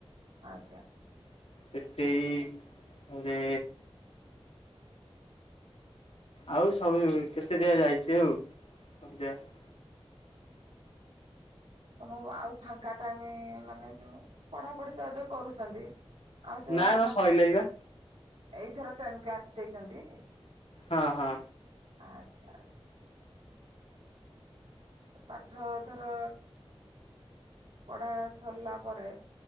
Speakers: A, on the right; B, on the left.
A: ଆଜ୍ଞା।
B: ସେଠି ତାପରେ
A: <inaudible>
B: ଆଉ ସବୁ କେତେ ଜାଗା ଯାଇଛୁ ଆଉ ସବୁ ଜାଗା।
A: ତମକୁ ଆଉ ଫାଙ୍କା ଟାଇମି ମାନେ ଯୋଉ ପଢାପଢି ତ ଏବେ କରୁଚନ୍ତି। ଆଉ ଯୋଉ
B: ନା
A: ଅଲଗା
B: ମ
A: ଆପଣ
B: ସଇଲାଇ ବା
A: ଏଇଥର ଟେନ କ୍ଲାସ ଦେଇଚନ୍ତି କି?
B: ହଁ ହଁ।
A: ଆ ଚ୍ଛା ଚ୍ଛା। ପାଠ ଧର। ପଢ଼ା ସରିଲା ପରେ।